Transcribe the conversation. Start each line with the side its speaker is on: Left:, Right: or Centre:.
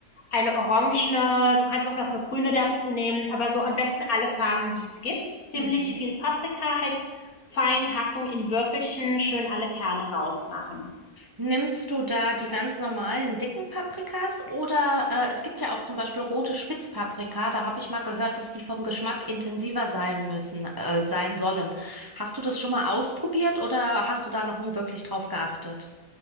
Left: eine orangene, du kannst auch noch eine grüne dazu nehmen, aber so am besten alle Farben, die es gibt. Ziemlich
Right: Mhm.
Left: viel Paprika, halt fein hacken in Würfelchen, schön alle Kerne rausmachen.
Right: Nimmst du da die ganz normalen dicken Paprikas oder äh, es gibt ja auch zum Beispiel rote Spitzpaprika, da habe ich mal gehört, dass die vom Geschmack intensiver sein müssen, äh, sein sollen. Hast du das schon mal ausprobiert oder hast du da noch nie wirklich drauf geachtet?